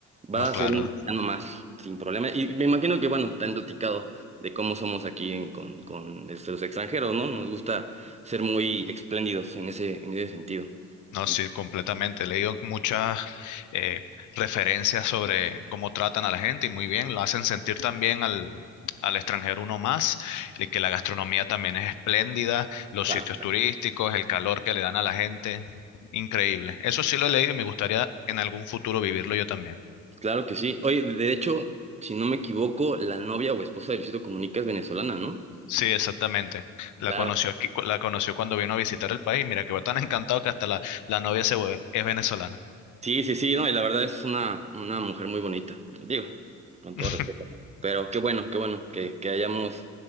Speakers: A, on the right (about 20°); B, on the left (about 75°).
A: va
B: No, claro.
A: a ser un mexicano más, sin problema. Y me imagino que, bueno, te han platicado de cómo somos aquí en- con, con, este, los extranjeros, ¿no? Nos gusta ser muy espléndidos en ese, en ese sentido.
B: No,
A: Bastante.
B: sí, completamente. He leído muchas eh, referencias sobre cómo tratan a la gente y muy bien, lo hacen sentir también al, al extranjero uno más, y que la gastronomía también es espléndida, los
A: Claro
B: sitios turísticos, el calor que le dan a la gente, increíble. Eso sí lo he leído y me gustaría en algún futuro vivirlo yo también.
A: claro que sí. Oye, de hecho, si no me equivoco, la novia o esposa de Luisito Comunica es venezolana, ¿no?
B: Sí, exactamente. La
A: Claro.
B: conoció aquí, la conoció cuando vino a visitar el país. Mira que va tan encantado que hasta la, la novia se, vu- es venezolana.
A: Sí, sí, sí, no, y la verdad es una, una mujer muy bonita, digo, con todo
B: <laughs>
A: respeto. Pero qué bueno, qué bueno que, que hayamos